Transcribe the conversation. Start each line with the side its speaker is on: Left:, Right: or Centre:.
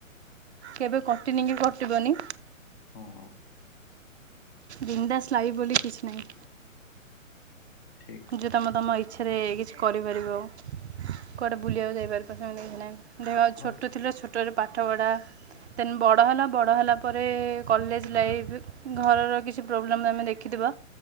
Right: କେବେ କଟିନି କି, କଟିବନି।
Left: ହଁ।
Right: ବିନ୍ଦାସ ଲାଇଫ ବୋଲି କିଛି ନାହିଁ।
Left: ଠିକ୍
Right: ଯେ ତୁମ ତୁମ ଇଚ୍ଛାରେ କିଛି କରିପାରିବ। କୁଆଡ଼େ ବୁଲିବାକୁ ଯାଇପାରିବ ସେମିତି କିଛି ନାହିଁ। ଦେହ
Left: ହଁ
Right: ଛୋଟ ଥିଲେ। ଛୋଟରୁ ପାଠପଢ଼ା ଦେନ ବଡ଼ ହେଲା, ବଡ଼ ହେଲା ପରେ କଲେଜ ଲାଇଫ୍ ଘରର କିଛି ପ୍ରୋବ୍ଲେମ୍ ତମେ ଦେଖିଥିବ,